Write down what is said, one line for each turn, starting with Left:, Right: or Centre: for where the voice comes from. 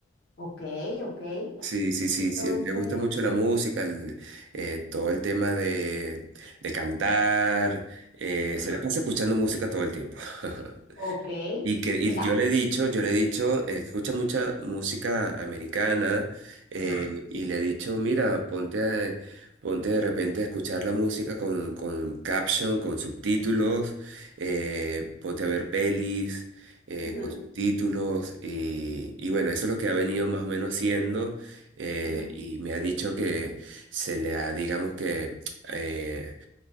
Left: Ok, ok.
Right: Sí, sí, sí,
Left: Entonces,
Right: sí. Le gusta mucho la música, el- eh, todo el tema de, de cantar. eh,
Left: ajá,
Right: se le pasa escuchando música todo el tiempo. <laughs>
Left: ok.
Right: Y, que, y
Left: Mira,
Right: yo le he dicho, yo le he dicho, él escucha mucha música americana eh,
Left: ajá,
Right: y le he dicho, mira, ponte, a- ponte de repente a escuchar la música con, con caption, con subtítulos, eh, ponte a ver pelis eh,
Left: ujú,
Right: con subtítulos y, y bueno, eso es lo que ha venido más o menos haciendo eh,
Left: ujú,
Right: y me ha dicho que se le ha, digamos que... <tsk> eh,